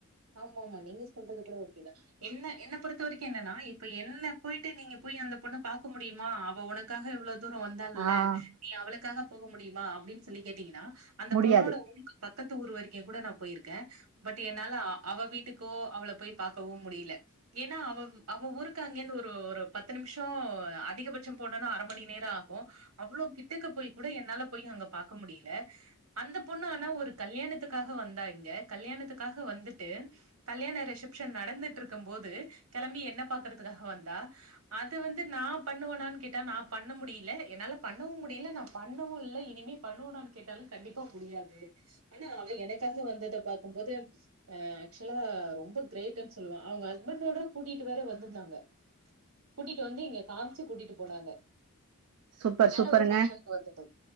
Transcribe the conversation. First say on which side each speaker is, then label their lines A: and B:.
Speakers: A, on the right; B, on the right.
A: ஆமா ஆமா நீங்க சொல்றதுக்குள்ள ஓ என்ன என்ன பொறுத்த வரைக்கு என்னன்னா இப்ப என்ன போயிட்டு நீங்க போய் அந்த பொண்ணு பாக்க முடியுமா அவ உனக்காக எவ்வளவு தூரோ வந்தால்ல
B: ஆஹ்
A: நீ அவளுக்காக போக முடியுமா அப்டின்னு சொல்லி கேட்டீங்கனா அந்த
B: முடியாது
A: பொண்ணோட ஊருக்கு பக்கத் ஊர் வரைக்கு கூட நா போயிருக்கே பட் என்னால அவ வீட்டுக்கோ அவள போய் பாக்கவும் முடியல ஏன்னா அவ அவ ஊருக்கு அங்கயிருந்து ஒரு பத்து நிமிஷோ அதிகபட்சம் போனோனா அர மணி நேரோ ஆகு அவ்ளோ கிட்டக்க போய் கூட என்னால போய் அங்க பாக்க முடியல அந்த பொண்ணு ஆனா ஒரு கல்யாணத்துக்காக வந்தாங்க கல்யாணத்துக்காக வந்துட்டு கல்யாண ரிசப்ஷன் நடந்துட்ருக்கும் போது கெளம்பி என்ன பாக்குறதுக்காக வந்தா அது வந்து நா பண்ணுவனான்னு கேட்டா நா பண்ண முடியல என்னால பண்ணவும் முடியல நா பண்ணவு இல்ல இனிமே பண்ணுவனான்னு கேட்டாலு கண்டிப்பா முடியாது ஆனா அவ எனக்காக வந்தத பாக்கும்போது அ ஆக்சுவலா ரொம்ப கிரேடுன்னு சொல்லுவே அவுங்க ஹஸ்பண்டோட கூட்டிட்டு வேற வந்திருந்தாங்க கூட்டிட்டு வந்து இங்க காமிச்சி கூட்டிட்டு போனாங்க
B: சூப்பர்
A: வேற
B: சூப்பருங்க
A: ஒரு ஃபங்க்ஷனுக்கு வந்துட்டோ